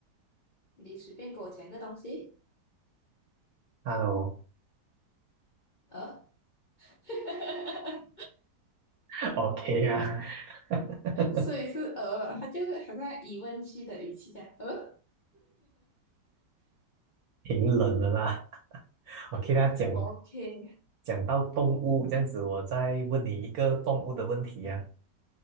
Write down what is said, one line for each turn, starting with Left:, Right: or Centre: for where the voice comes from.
Left: 你随便给我讲一个东西，
Right: 哈喽
Left: 鹅，<laughs>
Right: l l o o k 啊。<laughs>
Left: 所以是鹅。它就是好像疑问句的语气这鹅。
Right: 挺冷的啦。<laughs> 我给大家讲
Left: OK，
Right: 讲到动物这样子，我再问你一个动物的问题呀、啊